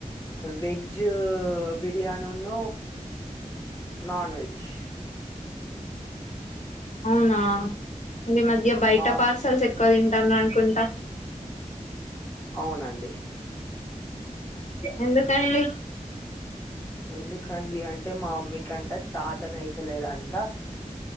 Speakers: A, on the left; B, on the left.
A: వెజ్ బర్యాణిన్న నాన్ వెజ్
B: అవునా మొన్న ఈ మధ్య బయట
A: మామ్
B: పార్సల్స్ ఎక్కువ అయి అనుకుంటా
A: అవునండి
B: ఎందుకండి
A: ఎందుకండి అంటే మా అమ్మకంట చాతనయితలేదంట